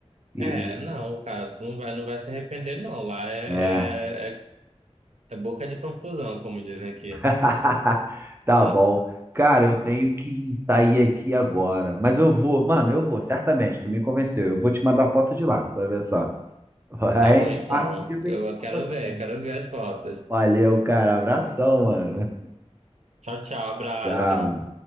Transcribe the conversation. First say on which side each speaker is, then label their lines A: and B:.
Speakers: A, on the right; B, on the right.
A: e
B: É, não, cara, tu não vai, não vai se arrepender, não. Lá é,
A: é.
B: é, é É boca de confusão, como dizem aqui.
A: <laughs> Tá
B: Hum.
A: bom. Cara, eu tenho que sair aqui agora, mas eu vou, mano, eu vou, certamente, tu me convenceu. Eu vou te mandar foto de lá, tu vai ver só. <laughs>
B: Tá
A: A
B: bom,
A: gente
B: então.
A: marca um dia pra
B: Eu
A: gente se encontrar
B: quero
A: também.
B: ver, quero ver as fotos.
A: Valeu, cara. Abração, mano.
B: Tchau, tchau, abraço.
A: Tchau.